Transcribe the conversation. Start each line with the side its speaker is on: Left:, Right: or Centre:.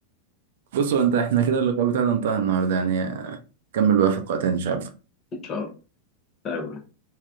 Right: بصوا انت احنا كده اللقاء بتاعنا انتهى النهارده يعني كمل بقى في لقاء تاني إن شاء الله
Left: ان شاء الله تمام.